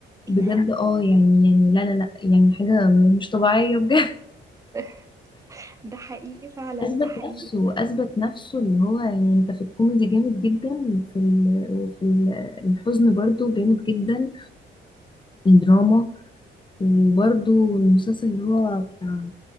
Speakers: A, on the right (about 15°); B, on the left (about 25°).
A: ايه
B: بجد
A: ده
B: اه يعني يعني لا لا لا يعني حاجة مش طبيعية بجد
A: <laughs> ده حقيقي
B: <laughs>
A: فعلا
B: أثبت
A: ده حقيقي
B: نفسه أثبت نفسه اللي هو يعني أنت في الكوميدي جامد جدا وفي ال... وفي ال- الحزن برضه جامد جدا الدراما وبرده المسلسل اللي هو بتاع